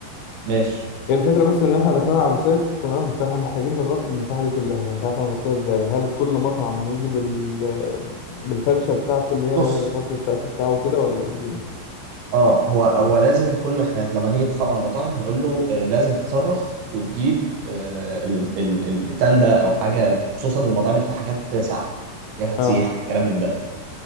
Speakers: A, on the right; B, on the left.
A: ماشي
B: هي الفكره بس ان احنا داخلين على الصيف تمام فاحنا محتاجين نغطي المساحه دي كلها مش عارف نغطيها ازاي هل كل مطعم هيجي بال بالفرشه بتاعته اللي هي
A: بص
B: يغطي السقف بتاعه كده ولا إيه الدنيا
A: اه هو هو لازم كله احنا لما نيجي نتفق مع المطاعم هنقول له آه لازم تتصرف وتجيب آه ال- ال- التندة او حاجه خصوصا المطاعم اللي فيها حاجات ساقعه حاجات هتسيح
B: اه
A: كلام من ده